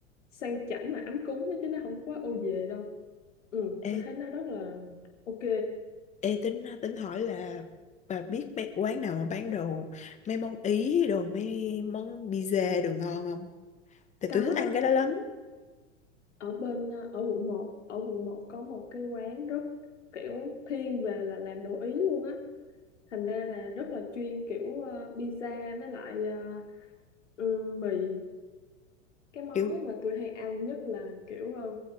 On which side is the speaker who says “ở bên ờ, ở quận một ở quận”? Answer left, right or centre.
Left